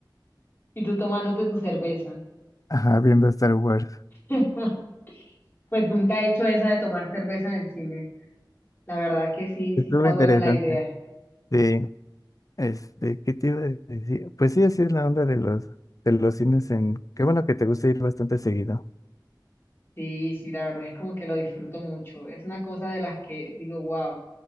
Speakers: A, on the left (about 30°); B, on the left (about 45°).
A: y tú tomándote tu cerveza.
B: Ajá, viendo Star Wars.
A: <laughs> Pues nunca he hecho esa de tomar cerveza en el cine. La verdad que sí,
B: Estuvo
A: sí está
B: interesante.
A: buena la idea.
B: Sí, este, ¿qué te iba a decir? Pues sí, así es la onda de los, de los cines en... Qué bueno que te gusta ir bastante seguido.
A: Sí, sí, la verdad es como que lo disfruto mucho. Es una cosa de las que digo, wow.